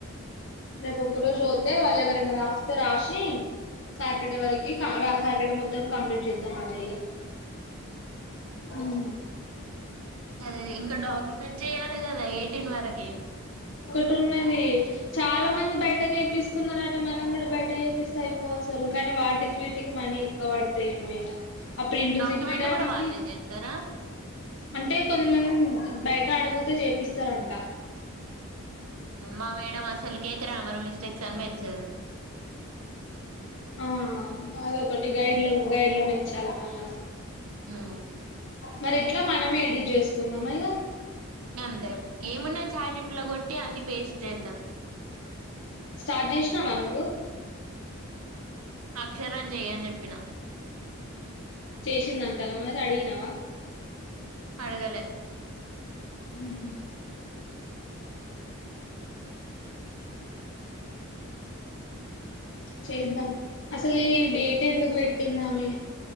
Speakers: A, on the left; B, on the right.
A: రేపు ఒక్క రోజు ఓతే వాళ్ళు ఎవరైనా రాస్తే రాసి సాటర్డే వరకి సాటర్డే మొత్తం కంప్లీట్ చేద్దాం మాదయ్య ఉమ్
B: అదేేరే ఇంకా డాక్యుమెంట్ జెయాలి కదా ఎయిటీన్ వరకే
A: టున్నది చాలా మంది బయట చేపిస్తున్నారు అట మనం కూడా బయట చేపిస్త అయిపో అసలు కానీ వాటికి వీటికి మనీ ఎక్కువ వడతాయ ఏమో ఇగ ఆ ప్రింట్
B: డాక్యుమెంట్
A: దీపీడానికి
B: కూడా వాళ్ళే చేస్తారా
A: అంటే కొంతమంది బయట అడుగుతే జేపిస్తారంట
B: మా మేడం అసలకే గ్రామర్ మిస్టేక్స్ అని మెచ్చదు
A: ఆ అదొకటి గైడ్ల గైడ్లు మెచ్చాలి మళ్ళా
B: హౌ
A: మరి ఎట్లా మనమే ఎడిట్ చేసుకుందాం ఇగ
B: అంతే ఏముంది చాట్ జిబి లో కొట్టి అన్ని పేస్ట్ చేద్దాం
A: స్టార్ట్ చేసినావా నువ్వు
B: అక్షర ను చెయ్య అని చెప్పిన
A: చేసిందంటానా మరి అడిగినావా
B: అడగలే
A: ఉ హు చేద్దాం అసలు ఈ డేట్ ఎందుకు పెట్టింది ఆమె